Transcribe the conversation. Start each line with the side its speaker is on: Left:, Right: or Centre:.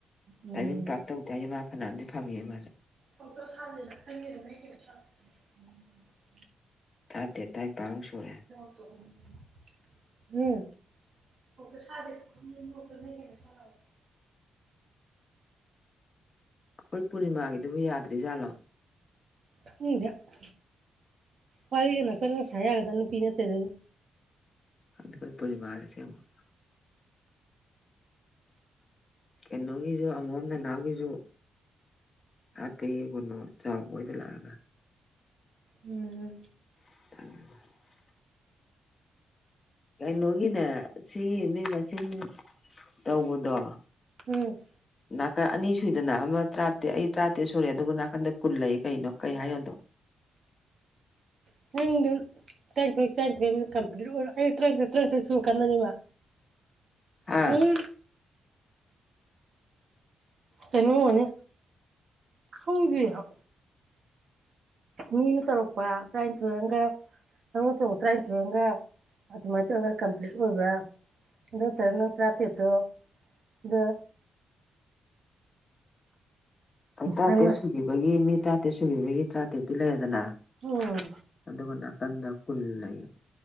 Right: ꯎꯝ
Left: ꯇꯥꯏꯃꯤꯡ ꯄꯥꯛ ꯇꯧꯗꯦ ꯍꯥꯏꯁꯦ ꯃꯥ ꯐꯅꯥꯝꯗꯤ ꯐꯪꯉꯦ ꯃꯥꯁꯨ
Right: <unintelligible>
Left: ꯇꯔꯥꯇꯦꯠ ꯇꯥꯏꯄꯥꯟ ꯃꯨꯛ ꯁꯨꯔꯦ
Right: <inaudible> ꯍꯨꯝ <unintelligible>
Left: ꯑꯩꯈꯣꯏ ꯄꯨꯔꯅꯤꯃꯥꯒꯤꯗꯨꯕꯨ ꯌꯥꯗ꯭ꯔꯤꯖꯥꯠꯂꯣ
Right: <unintelligible> ꯋꯥꯔꯤꯒꯅ ꯆꯪꯅ ꯁꯥ ꯌꯥꯒꯗꯕ ꯅꯨꯄꯤ ꯅꯠꯇꯦꯗ
Left: <unintelligible> ꯀꯩꯅꯣꯒꯤꯁꯨ ꯑꯉꯣꯝ ꯅꯅꯥꯎꯒꯤꯁꯨ <unintelligible> ꯆꯥꯎꯕ ꯍꯣꯏꯗ ꯂꯥꯛꯑꯒ
Right: ꯎꯨꯝꯃꯝ
Left: <unintelligible> ꯀꯩꯅꯣꯒꯤꯅꯦ ꯁꯤꯒꯤ ꯃꯤ ꯃꯁꯤꯡ ꯇꯧꯕꯗꯣ
Right: ꯎꯨ
Left: ꯅꯥꯀꯟ ꯑꯅꯤ ꯁꯨꯏꯗꯅ ꯑꯃ ꯇꯔꯥꯇꯦꯠ ꯑꯩ ꯇꯔꯥꯇꯦꯠ ꯁꯨꯔꯦ ꯑꯗꯨꯕꯨ ꯅꯥꯀꯟꯗ ꯀꯨꯟ ꯂꯩ ꯀꯩꯅꯣ ꯀꯩ ꯍꯥꯏꯅꫭ ꯑꯗꯣ
Right: <unintelligible> ꯇ꯭ꯔꯥꯏꯟꯊꫭꯏ ꯇ꯭ꯔꯥꯏꯟꯊꫭꯏꯅ ꯀꯝꯄꯂꯤꯠ ꯑꫭꯏ ꯑꯩ ꯇ꯭ꯔꯏꯟꯊꫭꯏ ꯇ꯭ꯔꯥꯏꯟꯊꫭꯏ ꯁꯨꯔꯛꯀꯥꯟꯗꯅꯦꯕ
Left: ꯍꯥ
Right: ꯎꯨꯝ ꯇꯩꯅꯣꯅꯦ ꯈꯪꯗꯦ ꯍ ꯃꯤꯅ ꯇꯧꯔꯛꯄ ꯇ꯭ꯔꯥꯏꯟꯊꯣꯏ ꯑꯃꯒ ꯇꯪꯅ ꯇꯧꯕ ꯇꯔꯥꯏꯟꯊꯣꯏ ꯑꯃꯒ ꯑꯗꯨꯃꯥꯏꯅ ꯇꯧꯔꯒ ꯀꯝꯄ꯭ꯂꯤꯠ ꯑꯣꯏꯕ꯭ꯔ ꯑꯗꯨ ꯅꯇꯔ ꯅꯪ ꯇ꯭ꯔꯥꯇ꯭ꯔꯦꯠꯇꯣ ꯑꯗꯨ
Left: ꯑ ꯇꯔꯥꯇꯦꯠ
Right: ꯅꯪꯅ
Left: ꯁꯨꯈꯤꯕꯒꯤ ꯃꯤ ꯇꯔꯥꯇꯔꯦꯠ ꯁꯨꯈꯤꯕꯒꯤ ꯇꯔꯥꯇꯦꯠꯇꯤ ꯂꯩꯔꯦꯗꯅ
Right: ꯎꯝ
Left: ꯑꯗꯨꯒ ꯅꯥꯀꯟꯗ ꯀꯨꯜ ꯂꯩꯌꯦ